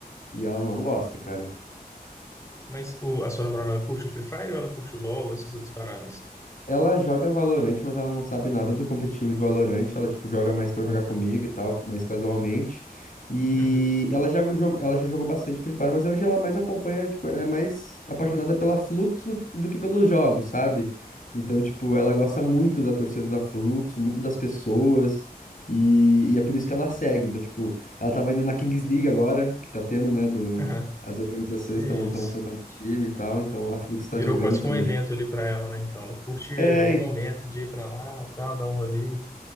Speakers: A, on the left; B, on the left.
A: e ela não gosta, cara.
B: Mas o, a sua namorada, ela curte o Free Fire ou ela curte o LoL, essas outras paradas?
A: Ela joga Valorant, mas ela não sabe nada do competitivo de Valorant. Ela, tipo, joga mais pra jogar
B: Ah,
A: comigo
B: tá.
A: e tal, mais casualmente. E
B: Uhum.
A: ela já, jogou, ela já jogou bastante Free Fire, mas hoje ela mais acompanha, tipo, ela é mais apaixonada pela Flux do, do que pelos jogos, sabe? Então, tipo, ela gosta muito da torcida da Flux, muito das pessoas. E, e é por isso que ela segue. Então, tipo, ela tava indo na Kings League agora, que tá tendo, né, do...
B: <laughs> Aham.
A: As organizações
B: Que
A: estão
B: isso.
A: formando time e tal, então a Flux tá
B: Virou
A: jogando
B: quase
A: também.
B: que um evento ali pra ela, né? Então, ela curte o
A: É,
B: momento de ir pra lá, tal, dar um rolê.